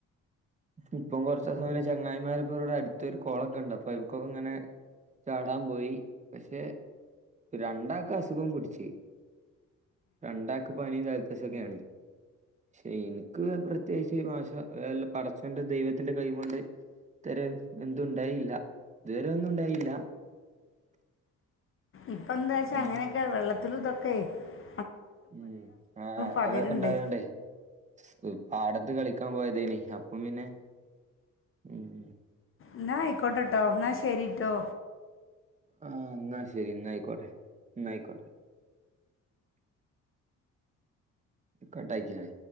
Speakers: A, on the right; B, on the left.
A: ഇപ്പം കൊറച്ച് ദിവസം അങ്ങനെ ചങ്ങായി <unintelligible> അടുത്തൊരു കൊളൊക്കെ ഉണ്ട് അപ്പൊ എടക്കൊക്കെ ഇങ്ങനെ ചാടാൻ പോയി പക്ഷെ രണ്ടാക്ക് അസുഖം പിടിച്ച് രണ്ടാക്ക് പനിയും ജല അസുഖാണ് പക്ഷെ എനിക്ക് പ്ര ദേശിയ ഭാഷ പടച്ചൊന്റെ ദൈവത്തിന്റെ കൈ കൊണ്ട് ഇത്തരം എന്തുണ്ടായില്ല ഇത് വരെ ഒന്നും ഉണ്ടായില്ല
B: ഇപ്പ എന്താ വച്ചാ
A: ഉം
B: അങ്ങനെയക്കെ വെള്ളത്തില് <unintelligible>
A: ഉം ആ
B: പകരുണ്ട്
A: അതൊക്കെ ണ്ടാവല്ണ്ടെയ് സ് ഉം പാടത്ത് കളിക്കാൻ പോയതേനി അപ്പം പിന്നെ ഉം
B: ന്നാ ആയ്ക്കോട്ടെട്ടോ ന്നാ ശരിട്ടോ
A: ആ ന്നാ ശരി ന്നാ അയ്ക്കോട്ടെ ന്ന അയ്ക്കോട്ടെ കട്ടാക്കിനി